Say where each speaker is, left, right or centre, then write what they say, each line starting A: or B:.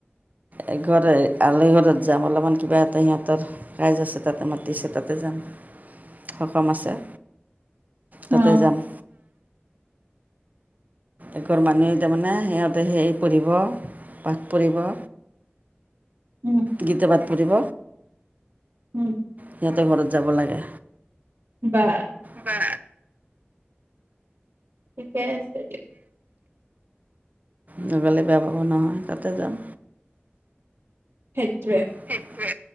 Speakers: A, on the right (about 40°); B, on the right (about 80°).
A: এঘৰে আলহি ঘৰত যাম অলপমান কিবা এটা সিহঁতৰ ৰাইজ আছে তাতে মাতিছে তাতে যাম সকাম আছে
B: অ
A: তাতে যাম একঘৰ মানুহে তাৰমানে সিহঁতে সেই পঢ়িব পাঠ পঢ়িব
B: উম
A: গীত পাঠ পঢ়িব
B: উম
A: সিহঁতৰ ঘৰত যাব লাগে
B: বা
A: বা
B: ঠিকেই আছে দিয়ক
A: নগালে বেয়া পাব নহয় তাতে যাম
B: সেইটোৱে
A: সেইটোৱে